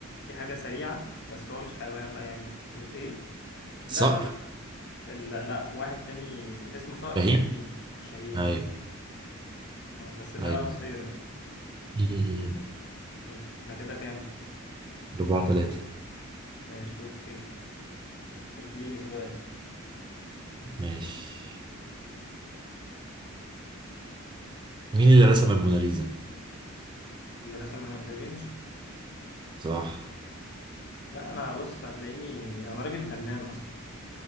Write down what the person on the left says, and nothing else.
في حاجة سريعة بس هو مش حيوان بقى يعني مش ايه
لا لا لا لا, لا. واحد تاني اسمه صقر
الشاهين الشاهين
هو آه، بس ده
طير بقى
ماشي احنا كده كام
ماشي اوكي اديني سؤال
اللي رسم دافينشي
لا انا بص هتلاقيني انا راجل فنان اصلا